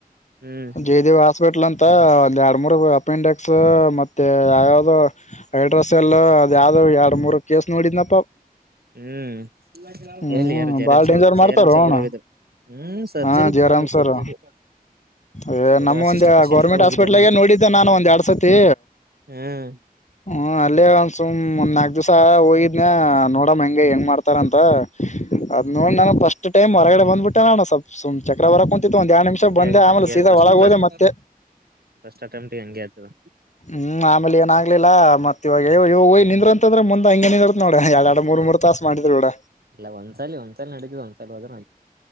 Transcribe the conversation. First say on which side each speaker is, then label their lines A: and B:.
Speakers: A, on the right; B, on the left.
A: ಹ್ಮ್
B: ಜಯ್ದೇವ ಹಾಸ್ಪಿಟ್ಲ್ ಅಂತ ಎರಡು ಮೂರ್ ಅಪೆಂಡಿಕ್ಸ್ ಮತ್ತೆ ಯಾವ್ಯಾವ್ದೋ ಹೖಡ್ರಾಸೆಲ್ಲು ಅದ ಯಾವ್ದ್ ಎರ್ಡು ಮೂರು ಕೇಸ್ ನೋಡಿದ್ನಪ್ಪ.
A: ಹ್ಮ್
B: ಹ್ಮ್
A: ಎಲ್ಲಿ ಯಾರು ಜರಾಮ್ಸಾರು
B: ಬಾಳ ಡೇಂಜರ್ ಮಾಡ್ತಾರೋ
A: ಜಯರಾಮ್ಸರ್
B: ಅಣ್ಣ
A: ಕೂಡ ಹೋಗಾರೆ ಹ್ಮ್ ಸರ್ಜರಿ
B: ಹಾ ಜಯರಾಮ್
A: ಪಾ
B: ಸರ್
A: ಸರ್ಜರಿ.
B: ಏ
A: ಅವರು
B: ನಮೊಂದು
A: ಅಸಿಸ್ಟ್ ಅಸಿಸ್ಟ್ಗಳು
B: ಗೌರ್ಮೆಂಟ್
A: ಹೋಗಿದ್ದೇನೆ
B: ಹಾಸ್ಪಿಟ್ಲ್ಗೆ ನೋಡಿದ್ದೆ ನಾನು ಒಂದ್ ಎರಡ್ ಸತಿ.
A: ಹ್ಮ್
B: ಹ್ಮ ಅಲ್ಲೇ ಒಂದ್ ಸುಮ್ ಒಂದ ನಾಕಕ್ ದಿವ್ಸ ಹೋಗಿದ್ನ ನೋಡಮ ಹೆಂಗೆ ಹೆಂಗ್ ಮಾಡ್ತ ರೆ ಅಂತ ಅದ್ ನೋಡ್ ನಾನ್ ಫಸ್ಟ್ ಟೈಮ್ ಹೊರಗಡೆ ಬಂದ್ಬಿಟ್ಟೆ ನೋಡ್ ಸ್ಪಲ್ಪ ಸುಮ್ ಚಕ್ರ ಬರಕ್ ಕುಂತಿತ್ತು ಒಂದ್ ಎರಡ್ ನಿಮಿಷ
A: ಹಂಗೆ
B: ಬಂದೆ
A: ಆಗತ್
B: ಆಮೇಲೆ
A: ಹಂಗ
B: ಸೀದಾ
A: ಆತ
B: ಒಳಗ್ ಹೋದೆ ಮತ್ತೆ
A: ಫಸ್ಟ್ ಅಟೆಂಟ್ಗ ಹಂಗೆ ಆತದ.
B: ಹ್ಮ್ ಆಮೇಲೆ ಏನಾಗ್ಲಿಲ್ಲಾ ಮತ್ತ ಇವಾಗ ನಿಂದ್ರ ಅಂತಂದ್ರೆ ಮುಂದ ಹಂಗ ನಿಂದರ್ತ್ ನೋಡ ಎರಡ್ ಎರಡು ಮೂರ್ ಮೂರ್ ತಾಸ ಮಾಡಿದ್ರ ನೋಡ
A: ಇಲ್ಲ ಒಂದ್ಸಾಲ ಒಂದ್ಸಲ್ ನಡಿತದ ಒಂದ್ಸಲ ಹೋದ್ರ